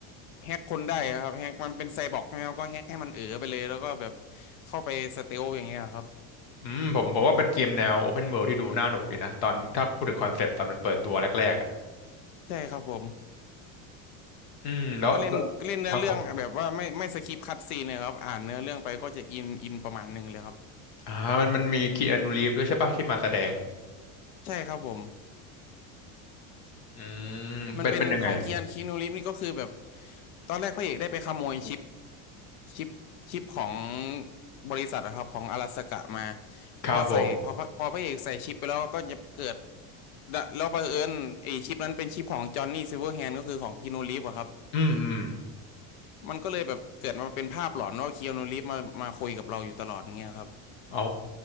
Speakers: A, on the left; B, on the left.
A: แฮกคนได้อะครับแฮกมันเป็นไซบอร์กใช่ไหมครับก็แฮกให้มันเอ๋อไปเลยแล้วก็แบบเข้าไปสเตลอย่างเงี้ยครับ
B: อืมผมผมว่าเป็นเกมแนว Open World ที่ดูน่าหนุกดีนะตอนถ้าพูดถึงคอนเซปต์ตอนมันเปิดตัวแรกๆอะ
A: ใช่ครับผม
B: อืมแล้วแล้วครับผม
A: ก็เล่นก็เล่นเนื้อเรื่องแบบว่าไม่ไม่สคิปคัตซีนเลยครับอ่านเนื้อเรื่องไปก็จะอินอินประมาณหนึ่งเลยครับ
B: อ่ามันมันมีคีอานูรีฟด้วยใช่ปะที่มาแสดง
A: ใช่ครับผม
B: อืมเป็นเป็นยังไง
A: มันเป็นของเคียนคีนูริฟนี่ก็คือแบบตอนแรกพระเอกได้ไปขโมยชิปชิปชิปของบริษัทอะครับของอลาสกะมา
B: ครับผม
A: พอใส่พอพระพอพระเอกใส่ชิปไปแล้วก็จะเกิดแล้วบังเอิญไอ้ชิปนั้นเป็นชิปของจอห์นนี่ซิลเวอร์แฮนด์ก็คือของคีนูริฟอะครับ
B: อืมอืม
A: มันก็เลยแบบเกิดมาเป็นภาพหลอนว่าเคีอานูรีฟส์มามาคุยกับเราอยู่ตลอดเงี้ยครับ
B: อ๋อ